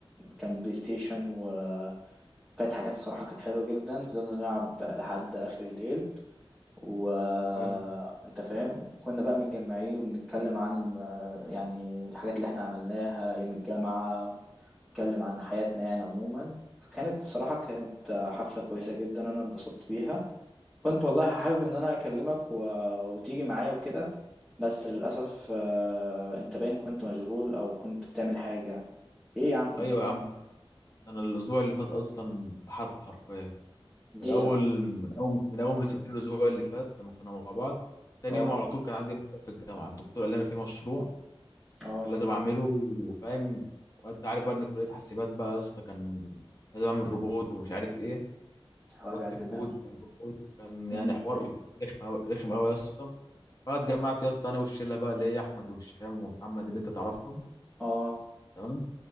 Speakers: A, in the centre; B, on the left.
A: كان بلاي ستيشن وكانت حاجات الصراحة كانت حلوة جدا فضلنا نلعب لحد آخر الليل وانت
B: حلو.
A: فاهم كنا بقى متجمعين وبنتكلم عن الم... يعني الحاجات اللي احنا عملناها أيام الجامعة نتكلم عن حياتنا يعني عموما كانت الصراحة كانت آه، حفلة كويسة جدا وأنا اتبسطت بيها كنت والله حابب ان انا اكلمك و... وتيجي معايا وكده بس للاسف آه، انت باين كنت مشغول او كنت بتعمل حاجه ايه يا عم كنت
B: ايوه
A: فينك
B: يا عم انا الاسبوع اللي فات اصلا فحت حرفيا
A: ليه
B: من اول
A: يا عم
B: من اول من اول ما سبتني الاسبوع اللي فات لما كنا مع بعض تاني
A: اه
B: يوم على طول كان عندي مشروع في الجامعه الدكتور قال لي انا في مشروع
A: اه
B: كان لازم اعمله فاهم وانت عارف بقى ان كليه حاسبات بقى يا اسطى كان لازم اعمل روبوت ومش عارف ايه
A: وجع
B: واكتب
A: الدماغ
B: كود بتاع الروبوت كان
A: مم.
B: يعني حوار رخم قوي رخم قوي يا اسطى فاتجمعت يا اسطى انا والشله بقى اللي هي احمد وهشام ومحمد اللي انت تعرفهم
A: اه
B: تمام